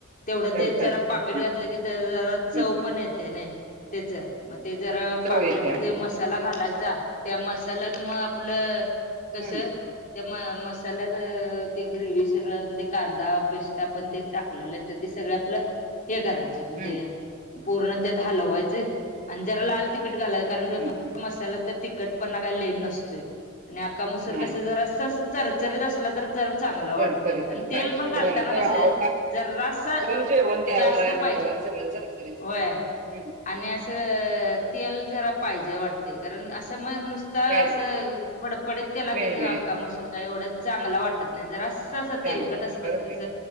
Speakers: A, on the left (about 40°); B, on the right (about 40°).
A: तेवढं
B: तर
A: ते
B: चालते.
A: जरा पाकिट
B: हं,
A: घातलं की जरा चव
B: हं, हं.
A: पण येते नाही. त्याच मग ते जरा पाकिट
B: चव येते.
A: मसाला घालायचा त्या मसाल्यात मग आपलं कस
B: हं,
A: त्या म- मसाल्यात ते ग्रेवी सगळ ते कांदा पेस्ट पण तेनी टाकलेला. तर ते सगळ आपलं हे करायचे म्हणजे
B: हं,
A: पूर्ण त्यात हलवायचं आणि जरा लाल तिकट घालायचं कारण
B: हं, हं.
A: मसाला तिकट पण काय लय नसतोय आणि आका मसूर
B: नाही
A: कस जर स असं चरचरीत असला तर जरा चांगला वाटतोय
B: चरचरीत
A: आणि तेल
B: पाहिज
A: पण घालताना
B: वजेण त्या <unintelligible>
A: कसं जरासं
B: व म्हणजे
A: जास्त पाहिजे
B: सगळे चरचरीत,
A: होय
B: हम्म.
A: आणि असं तेल जरा पाहिजे वाटते कारण असं मग नुस नुसत असं
B: पाहिजे.
A: फडफडीत केला
B: मिळीमिळीत
A: कि आक्का मसूर काय एवढं चांगला वाटत नाही जर अस तेलकट
B: चांगलं वाटते.
A: अस
B: बरोबर
A: क कस
B: आहे.